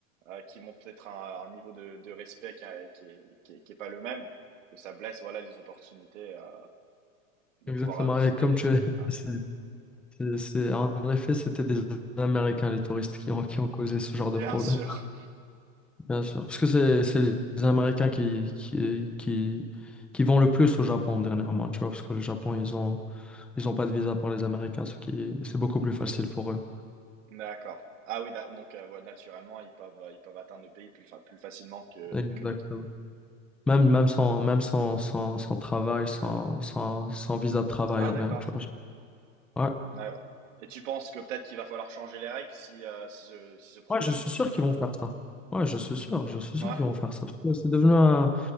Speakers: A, on the right; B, in the centre.
A: euh, qui montrent peut-être un, un niveau de, de respect qui qui est, qui est, qui est pas le même, que ça blesse voilà les opportunités euh, de
B: Exactement.
A: pouvoir visiter
B: Et comme
A: des
B: tu es.
A: ouais.
B: <laughs> C'est, c'est- en effet, c'était des Américains, les touristes, qui ont, qui ont causé ce genre
A: bien
B: de problème,
A: <laughs> sûr.
B: bien sûr. Parce que c'est, c'est les Américains qui, qui, qui, qui vont le plus au Japon dernièrement, tu vois, parce que le Japon, ils ont, ils ont pas de visa pour les Américains, ce qui, c'est beaucoup plus facile pour eux.
A: D'accord. Ah oui, da- donc euh, voilà, naturellement ils peuvent euh, ils peuvent atteindre le pays plus fa- plus facilement que
B: Exactement.
A: que d'autres.
B: Même, même sans, même sans, sans, sans travail, sans, sans, sans visa de travail
A: Ah
B: ou
A: d'accord.
B: rien, tu vois. Ouais.
A: Ouais, ouais. Et tu penses que peut-être qu'il va falloir changer les règles si, euh, si ce, si ce problème
B: Ouais, je suis
A: continue?
B: sûr qu'ils vont faire ça. Ouais, je suis sûr, je suis sûr
A: Ouais.
B: qu'ils vont faire ça. Parce que c'est devenu un...